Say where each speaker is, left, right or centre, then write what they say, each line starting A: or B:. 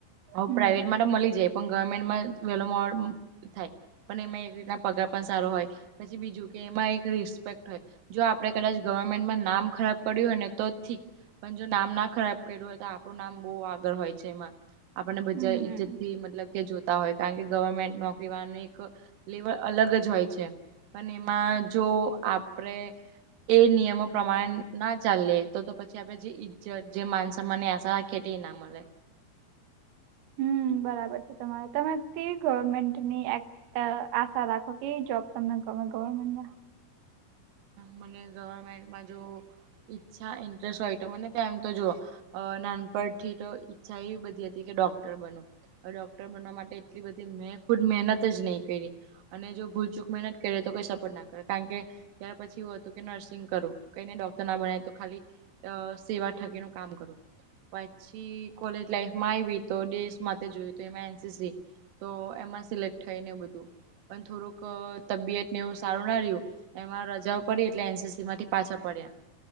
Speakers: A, on the right; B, on the right.
A: ઓમ
B: હમ
A: પ્રાઇવેટમાં તો મળી જાય, પણ ગવર્નમેન્ટમાં વહેલો મોડું થાય. પણ એમાં એક રીતે પગાર પણ સારો હોય. પછી બીજું કે, એમાં એક રિસ્પેક્ટ હોય. જો આપણે કદાચ ગવર્નમેન્ટમાં નામ ખરાબ કર્યું હોય ને, તો ઠીક પણ જો નામ ના ખરાબ કર્યું હોય, તો આપણું નામ બહુ આગળ હોય છે એમાં આપણને બધા
B: હમ
A: ઈજ્જતથી મતલબ કે, જોતા હોય કારણ કે ગવર્નમેન્ટનો <unintelligible> એક લેવલ અલગ જ હોય છે. પણ એમાં જો આપણે એ નિયમો પ્રમાણે ના ચાલીએ તો તો પછી આપણે જે ઈજ્જત, જે માન-સન્માન <unintelligible> ના મલે
B: હમ્મ, બરાબર છે તમારે કી ગવર્નમેન્ટની એક એ આશા રાખો કે જોબ તમને ગમે ગવર્નમેન્ટ મા
A: મને ગવર્નમેન્ટમાં જોબ કરવાની ઈચ્છા અને ઇન્ટરેસ્ટ હોય, તો મને તો એમ તો જો અ નાનપણથી તો ઈચ્છા એવી બધી હતી કે ડોક્ટર બનું હવે ડોક્ટર બનવા માટે મેં એટલી બધી મે ખુદ મહેનત જ નહીં કયરી અને જો ભૂલચૂક મહેનત કરે તો કોઈ સપોર્ટ ન કરે કારણ કે ત્યારે પછી એવું હતું કે નર્સિંગ કરું કઈ નઈ ડોક્ટર ન બનાય તો ખાલી એ, સેવા થકીનું કામ કરું. પછી કોલેજ લાઈફમાં આવી, તો દેશ માટે જોયુ તો એમાં એનસીસી તો એમાં સિલેક્ટ થઈ અને બધું પણ થોડુંક તબિયતને એવું સારું ન રહ્યું. એમાં રજાઓ પડી એટલે એનસીસી એમાંથી પાછા પડ્યા.